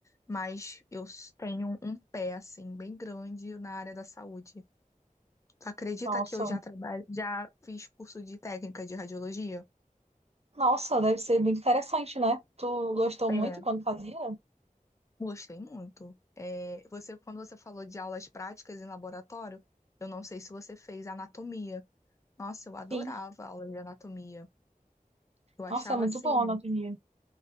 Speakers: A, on the left; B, on the right.
A: Mas eu s- tenho um pé assim bem grande na área da saúde. Tu acredita
B: Nossa,
A: que eu já trabalho, já fiz curso de técnica de radiologia?
B: nossa, deve ser muito interessante, né? Tu gostou muito
A: É.
B: quando fazia?
A: Gostei muito. É, você, quando você falou de aulas práticas em laboratório, eu não sei se você fez anatomia. Nossa, eu adorava
B: Sim.
A: aula de anatomia. Eu achava
B: Nossa, é muito
A: assim,
B: bom a anatomia.